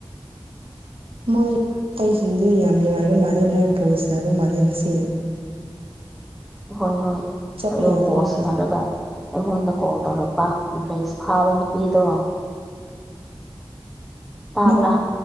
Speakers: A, on the right (about 80°); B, in the centre.
A: ꯃꯣꯏ ꯑꯇꯩꯁꯤꯡꯗꯤ ꯌꯥꯝ ꯅꯨꯡꯉꯥꯏꯕ ꯃꯥꯜꯂꯦ ꯃꯣꯏ ꯕꯣꯁꯅꯕ ꯃꯥꯜꯂꯦ ꯃꯁꯤ
B: ꯍꯣꯏ ꯍꯣꯏ
A: ꯆꯠꯄ
B: ꯑꯗꯣ
A: ꯌꯥꯗꯣꯏꯔ
B: ꯕꯣꯁꯅꯔꯒ ꯑꯩꯉꯣꯟꯗ ꯀꯣꯜ ꯇꯧꯔꯛꯄ ꯗ꯭ꯔꯦꯁ ꯐꯥꯕ ꯅꯨꯄꯤꯗꯣ ꯇꯥꯕ꯭ꯔꯥ
A: ꯅꯪ